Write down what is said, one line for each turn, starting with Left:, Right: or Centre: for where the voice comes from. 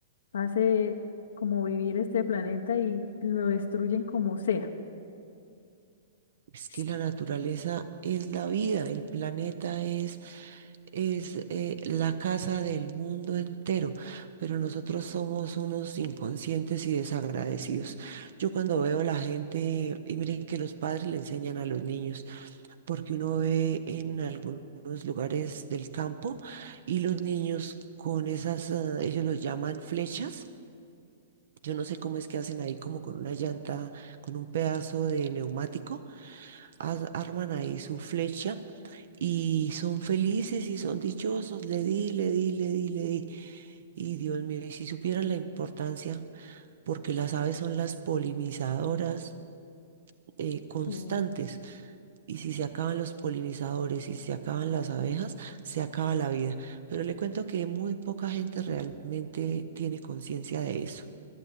Left: hace como vivir este planeta y lo destruyen como sea.
Right: Es
Left: Sí.
Right: que la naturaleza es la vida, el planeta es, es eh, la casa del mundo entero, pero nosotros somos unos inconscientes y desagradecidos. Yo cuando veo a la gente, y miren que los padres le enseñan a los niños, porque uno ve en algunos lugares del campo y los niños con esas, ah, ellos los llaman flechas. Yo no sé cómo es que hacen ahí como con una llanta, con un pedazo de neumático ar- arman ahí su flecha y son felices y son dichosos. Le di, le di, le di, le di. Y Dios mío, y si supieran la importancia, porque las aves son las polinizadoras eh, constantes,
Left: Mm,
Right: y si se acaban los polinizadores y se acaban las abejas, se acaba la vida. Pero le cuento que muy poca gente realmente tiene conciencia de eso.